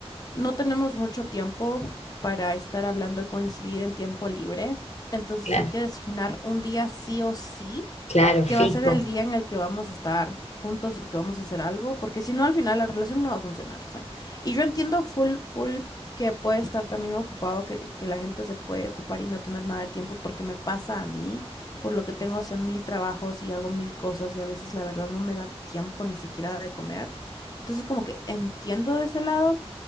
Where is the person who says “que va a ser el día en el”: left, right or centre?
Left